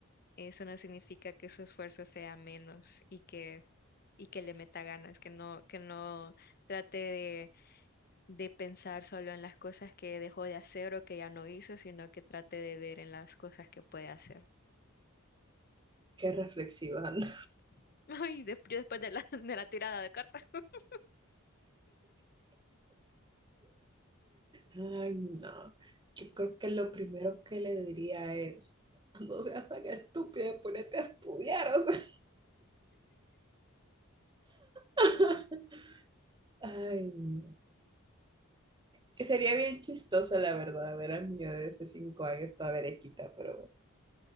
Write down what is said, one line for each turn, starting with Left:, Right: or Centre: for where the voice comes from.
Left: eso no significa que su esfuerzo sea menos y que y que le meta ganas, que no que no trate de de pensar solo en las cosas que dejó de hacer o que ya no hizo, sino que trate de ver en las cosas que puede hacer.
Right: Qué reflexiva, ¿no?
Left: <laughs> Ay, des- yo después de la, <laughs> de la tirada de cartas. <laughs>
Right: Ay, no. Yo creo que lo primero que le diría es, no seas tan estúpida, ponete a estudiar, o sea. <laughs> Ay, no. Que sería bien chistoso, la verdad, ver a mí yo de hace cinco años toda berequita, pero bueno.